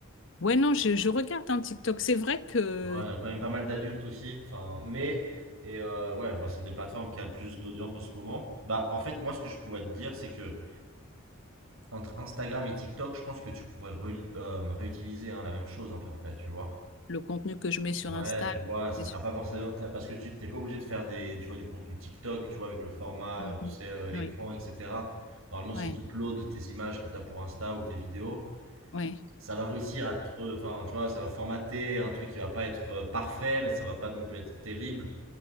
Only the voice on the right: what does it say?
Ouais, il y a quand même pas mal d'adultes aussi. Enfin, mais et euh, ouais, bah, c'est une des plateformes qui a le plus d'audience en ce moment. Bah, en fait, moi, ce que je pourrais te dire, c'est que entre Instagram et TikTok, je pense que tu pourrais reli- euh, réutiliser hein, la même chose à peu près, tu vois.
Ouais,
tu vois, ça
sera
pas forcément t'as- parce que tu t'es pas obligé de faire des, tu vois, du contenu TikTok, tu vois, avec le format,
euh, tu sais, euh, écran,
etc. Normalement, si
tu uploads tes images que tu as pour Insta ou tes vidéos,
ça va réussir à te, re- enfin, tu vois, ça va formater un truc qui va pas être euh, parfait, mais ça va pas non plus être terrible.